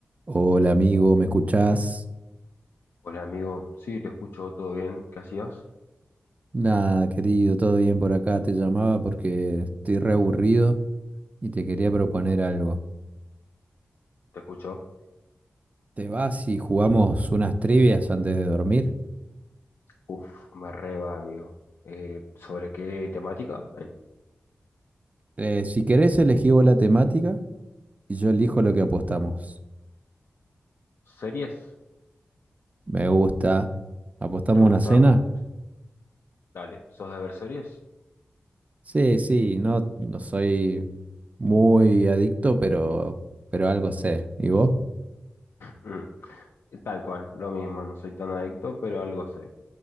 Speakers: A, on the right; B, on the left.
A: Hola amigo, ¿me escuchás?
B: Hola amigo, sí, te escucho, todo bien, ¿qué hacías?
A: Nada, querido, todo bien por acá. Te llamaba porque estoy re aburrido y te quería proponer algo.
B: ¿Te escucho?
A: ¿Te vas y jugamos unas trivias antes de dormir?
B: Uf, me reba amigo. Eh, ¿sobre qué temática? En-
A: Eh, si querés, elegí vos la temática y yo elijo lo que apostamos.
B: ¿Series?
A: Me gusta. ¿Apostamos
B: ¿Te gusta?
A: una cena?
B: Dale, ¿sos de ver series?
A: Sí, sí, no, no soy muy adicto, pero, pero algo sé. ¿Y vos?
B: Mm, Tal cual, lo mismo, no soy tan adicto, pero algo sé.